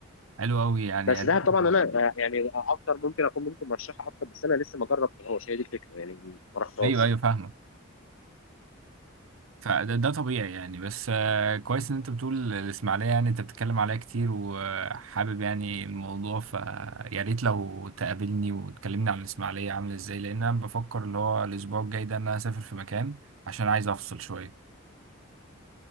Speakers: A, on the right; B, on the left.
A: حلو قوي يعني
B: بس دهب طبعا
A: <laughs>
B: انا آه، يعني اكتر ممكن اكون ممكن مرشحها اكتر بس انا لسه ما جربتهاش هي دي الفكره يعني ما رحتهاش
A: ايوه ايوه فاهمك فده ده طبيعي يعني بس آه، كويس ان انت بتقول الاسماعيليه يعني انت بتتكلم عليها كتير وحابب يعني الموضوع فيا ريت لو تقابلني وتكلمني عن الاسماعيليه عامله ازاي لان انا بفكر اللي هو الاسبوع الجاي ده ان انا اسافر في مكان عشان عايز افصل شويه